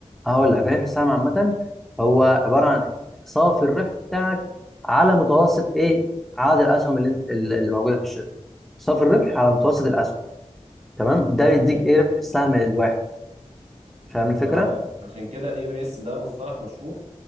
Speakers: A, in the centre; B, on the right.
A: هقول لك ربح السهم عامه هو عباره عن صافي الربح بتاعك على متوسط ايه عدد الاسهم اللي انت اللي اللي موجوده في الشركه صافي الربح على متوسط الاسهم تمام ده بيديك
B: حلو
A: ايه ربح السهم الواحد فاهم الفكره
B: اه عشان كده الاي بي اس ده مصطلح مشهور